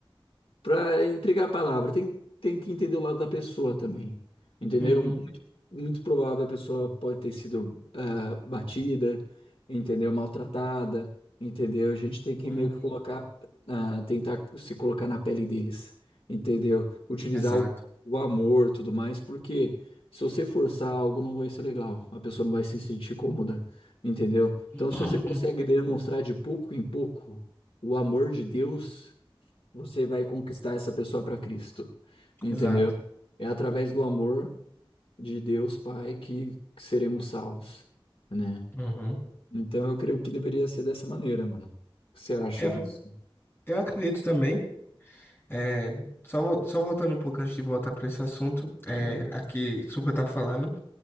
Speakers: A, on the left; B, on the left.
A: para entregar a palavra. Tem, tem que entender o lado da pessoa também, entendeu?
B: Uhum.
A: Muito, muito provável a pessoa pode ter sido ah, batida, entendeu? Maltratada, entendeu? A gente tem que
B: Uhum.
A: meio que colocar, ah, tentar se colocar na pele deles, entendeu? Utilizar
B: Exato.
A: o, o amor, tudo mais, porque se você forçar algo, não vai ser legal. A pessoa não vai se sentir cômoda, entendeu?
B: <clears throat>
A: Então, se você consegue demonstrar de pouco em pouco o amor de Deus você vai conquistar essa pessoa para Cristo,
B: Uhum.
A: entendeu?
B: Exato.
A: É através do amor de Deus Pai que, que seremos salvos, né?
B: Uhum.
A: Então eu creio que deveria ser dessa maneira, mano. O que você acha
B: Eu,
A: disso?
B: eu acredito também. é, só, vo- só voltando um pouco antes de voltar para esse assunto, é,
A: Uhum.
B: aqui sobre o que eu estava falando.